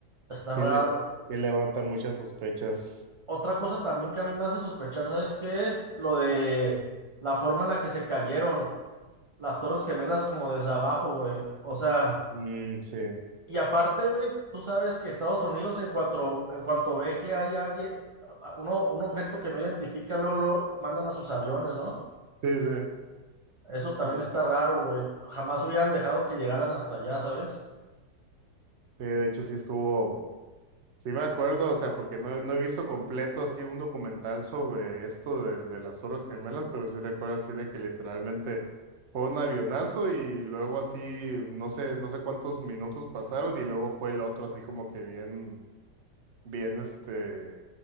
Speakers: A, on the right (about 30°); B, on the right (about 50°).
A: Está
B: sí
A: raro.
B: les, sí levanta muchas sospechas,
A: Otra cosa también que a mí me hace sospechar, ¿sabes qué es? Lo de la forma en la que se cayeron las Torres Gemelas como desde abajo, güey. O sea,
B: Mm, sí,
A: y aparte, güey, tú sabes que Estados Unidos en cuanto, en cuanto ve que hay alguien, a- a- uno, un objeto que no identifica, luego lo mandan a sus aviones, ¿no?
B: sí, sí,
A: Eso también
B: Al-
A: está
B: a-
A: raro, güey. Jamás hubieran dejado que llegaran hasta allá, ¿sabes?
B: sí, de hecho sí estuvo. Sí me acuerdo, o sea, porque no, no he visto completo así un documental sobre esto de, de las Torres Gemelas, pero sí recuerdo así de que literalmente fue un avionazo y luego así, no sé, no sé cuántos minutos pasaron y luego fue el otro así como que bien, bien este,